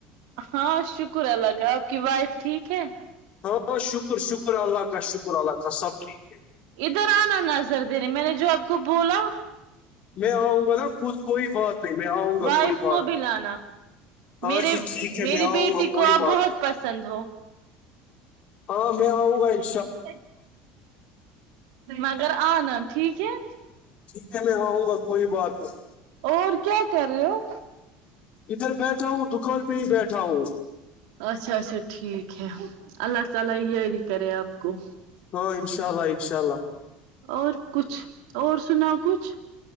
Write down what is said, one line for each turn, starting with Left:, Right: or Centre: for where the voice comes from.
Right: ہاں شکر اللہ کا آپ کی وائف ٹھیک ہے
Left: ہاں شکر شکر اللہ کا شکر اللہ کا سب ٹھیک ہے
Right: ادھر آنا نظر دنے میں نے جو آپ کو بولا
Left: میں آؤں گا نا خود کوئی بات نہیں میں آؤں گا
Right: وائف
Left: کوئی بات
Right: کو بھی
Left: نہیں
Right: لانا
Left: ہاں
Right: میرے
Left: جی ٹھیک ہے
Right: میری
Left: میں آؤں
Right: بیٹی
Left: گا کوئی
Right: کو آپ
Left: بات
Right: بہت
Left: نہیں
Right: پسند ہو
Left: ہاں میں اؤں گا ہی
Right: ہم مگر آناا ٹھیک ہے
Left: ٹھیک ہے میں آؤں گا کوئی بات نہیں
Right: اور کیا کر رہے ہو
Left: ادھر بیٹھا ہوں دکان پہ ہی بیٹھا ہوں
Right: اچھا اچھا ٹھیک ہے اللہ تعالی یہیاری کرے آپ کو
Left: ہاں انشاء اللہ انشاء اللہ
Right: اور کچھ اور سناؤ کچھ